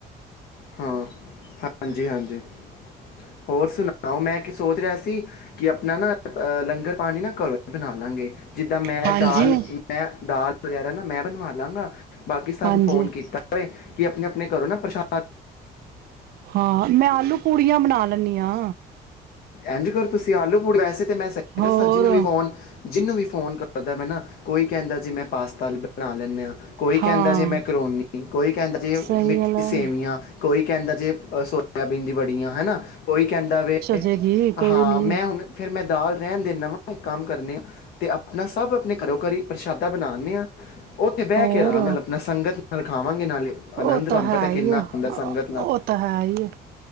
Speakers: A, on the left; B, on the right.
A: ਹਾਂ ਹਾਂਜੀ ਹਾਂਜੀ ਹੋਰ ਸੁਣਾਓ ਮੈਂ ਕੀ ਸੋਚ ਰਿਹਾ ਸੀ। ਕੀ ਆਪਣਾ ਨਾ ਅ ਲੰਗਰ ਪਾਣੀ ਨਾ ਘਰੋਂ ਹੀ ਬਣਾ ਲਾਂਗੇ। ਜਿੱਦਾਂ ਮੈਂ
B: ਹਾਂਜੀ
A: ਦਾਲ ਮੈਂ ਦਾਲ ਵਗੈਰਾ ਨਾ ਮੈਂ ਬਣਵਾ ਲਾਂਗਾ। ਬਾਕੀ ਸਬ
B: ਹਾਂਜੀ
A: ਨੂੰ ਫੋਨ ਕੀਤਾ ਏ ਕਿ ਆਪਣੇ ਆਪਣੇ ਘਰੋਂ ਨਾ ਪ੍ਰਸ਼ਾ
B: ਹਾਂ ਮੈਂ ਆਲੂ ਪੂੜੀਆਂ ਬਣਾ ਨੀਆਂ
A: ਇੰਝ ਕਰੋ ਤੁਸੀਂ ਆਲੂ- ਪੂੜੀ ਵੈਸੇ ਤੈ ਮੈਂ ਸਹੀ
B: ਹੋਰ
A: ਦੱਸਾਂ ਜਿਨੂੰ ਵੀ ਫੋਨ ਜਿਹਨੂੰ ਵੀ ਫੋਨ ਕਰਦਾ ਮੈਂ ਨਾ ਕੋਈ ਕਹਿੰਦਾ ਜੇ ਮੈਂ ਪਾਸਤਾ ਬਣਾ ਲੈਂਨੇ ਹਾਂ ਕੋਈ
B: ਹਾਂ
A: ਕਹਿੰਦਾ ਜੇ ਮੈਕਰੋਨੀ ਕੋਈ ਕਹਿੰਦਾ ਜੇ
B: ਸਹੀ
A: ਮਿੱਠੀ
B: ਗੱਲ ਹੈ
A: ਸੇਵੀਆਂ। ਕੋਈ ਕਹਿੰਦਾ ਜੇ ਸੋਇਆਬੀਨ ਦੀ ਵੜੀਆਂ। ਹਨਾ ਕੋਈ ਕਹਿੰਦਾ ਵੇ
B: ਜੇਗੀ ਏ ਕੋਈ
A: ਹਾਂ
B: ਨੀ
A: ਮੈਂ ਹੁਣ ਫਿਰ ਮੈਂ ਦਾਲ ਰਹਿਣ ਦੇਨਾ ਵਾਂ ਇੱਕ ਕੰਮ ਕਰਨੇ ਆ। ਤੇ ਆਪਣਾ ਸਭ ਅਪਣੇ ਘਰੋਂ-ਘਰੀ ਪ੍ਰਸ਼ਾਦਾ ਬਣਾਨੇ ਹਾਂ। ਓਥੇ ਬਹਿ
B: ਹੋਰ
A: ਕੇ ਆਰਾਮ ਨਾਲ ਆਪਣਾ ਸੰਗਤ ਰਲ ਖਾ ਵਾਂਗੇ ਨਾਲੇ
B: ਉਹ
A: ਆਨੰਦ
B: ਤਾਂ
A: ਤੁਹਾਨੂੰ
B: ਹੈ
A: ਪਤਾ
B: ਹੀ
A: ਕਿੰਨਾ
B: ਹੈ
A: ਆਂਦਾ ਸੰਗਤ ਨਾਲ
B: ਉਹ ਤਾਂ ਹੈ ਹੀ ਹੈ